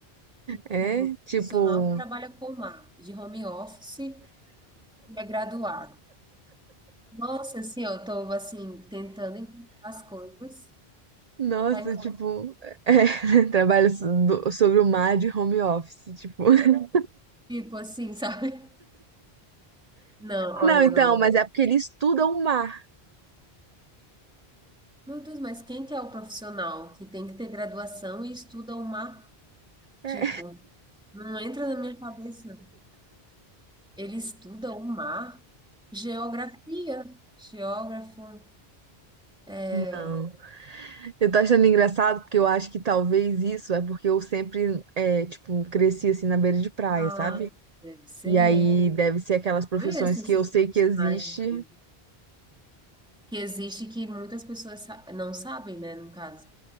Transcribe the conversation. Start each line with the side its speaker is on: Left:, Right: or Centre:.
Centre: tipo,
Right: É,
Centre: um
Right: tipo,
Centre: profissional que trabalha com mar, de home office, e é graduado. Nossa, assim, ó, eu tô, assim, tentando encaixar as coisas,
Right: Nossa,
Centre: tá, enca-
Right: tipo, é, <laughs> trabalho so- do- sobre o mar de home office, tipo. <laughs>
Centre: tipo, assim, <laughs> sabe? Não, olha,
Right: Não, então,
Centre: não.
Right: mas é porque ele estuda o mar.
Centre: Meu Deus, mas quem que é o profissional que tem que ter graduação e estuda o mar?
Right: É.
Centre: Tipo, não entra na minha cabeça. Ele estuda o mar, geografia, geógrafo. é,
Right: Não. Eu tô achando engraçado porque eu acho que talvez isso é porque eu sempre, é, tipo, cresci assim na beira de praia,
Centre: Ah,
Right: sabe?
Centre: deve ser.
Right: E aí deve ser aquelas profissões
Centre: Conheço esses
Right: que eu sei
Centre: profissionais.
Right: que existe.
Centre: assim. que existe que muitas pessoas sa- não sabem, né, no caso.